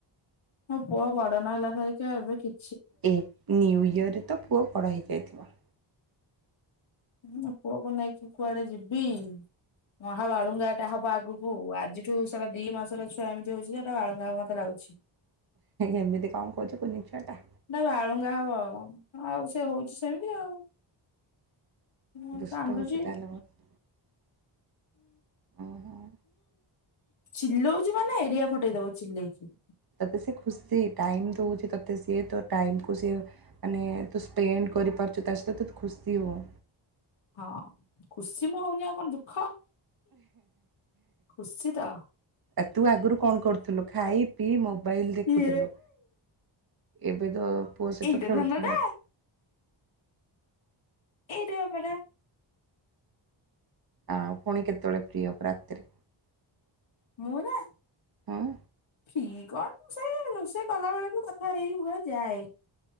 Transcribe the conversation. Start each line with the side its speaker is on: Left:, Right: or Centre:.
Left: ମୋ ପୁଅ ବଡ ନ ହେଲା ସରିକ ଏବେ କି
Right: ଏ ନ୍ୟୁୟରରେ ତ ପୁଅ ବଡ଼ ହେଇଯାଇଥିବ।
Left: ହୁଁ ପୁଅକୁ ନେଇକି କୁଆଡେ ଯିବି। ମହାବାଳୁଙ୍ଗା ଏଟା ହବ ଆଗକୁ ଆଜିଠୁ ସାରା ଦି ମାସର ଛୁଆ ଏମିତି ହଉଛି ସେଟା ବାଳୁଙ୍ଗା ହବ ମତେ ଲାଗୁଛି।
Right: ଏମିତି କଣ କହୁଛ କୁନି ଛୁଆ ଟା।
Left: ନା ବାଳୁଙ୍ଗା ହବ ଆଉ ସେ ହଉଛି ସେମିତି ଆଉ। ମୁଁ
Right: ଦୁଷ୍ଟ
Left: କାନ୍ଦୁଚି।
Right: ହଉଛି ତାହେଲେ ବହୁତ ଓହୋ
Left: ଚିଲଉଛି ମାନେ ଏରିଆ ଫଟେଇ ଦଉଚି ଚିଲେଇକି।
Right: ତୋତେ ସେ ଖୁସି ଟାଇମ ଦଉଛି ତୋତେ ସିଏ ତ ଟାଇମକୁୁ ସିଏ। ମାନେ ତୁ ସ୍ପେଣ୍ଡ କରିପାରୁଛୁ ତା ସହିତ ତ ତୁ ଖୁସି ହୋ।
Left: ହଁ ଖୁସି ମୁଁ ହଉନି ଆଉ କଣ ଦୁଃଖ। ଖୁସିତ।
Right: ଆ ତୁ ଆଗରୁ କଣ କରୁଥିଲୁ, ଖାଇ ପିଇ ମୋବାଇଲ ଦେଖୁଥିଲୁ।
Left: ଏ
Right: ଏବେ ତ ପୁଅ ସହିତ
Left: ଏଇଟା
Right: ଖେଳୁଥିବ
Left: ଧନ ଟା
Right: ମାସ
Left: ଏଇଟ ଆପେ <unintelligible>
Right: ହଁ ପୁଣି କେତେବେଳେ ଫ୍ରି ହବୁ ରାତିରେ।
Left: ମୁଁ ନାଁ।
Right: ହଁ
Left: ଠି କଣ ସେଇ ରୋଷେଇ କଲା ବେଳେ ବି କଥା ହେଇ ହୋଇଯାଏ।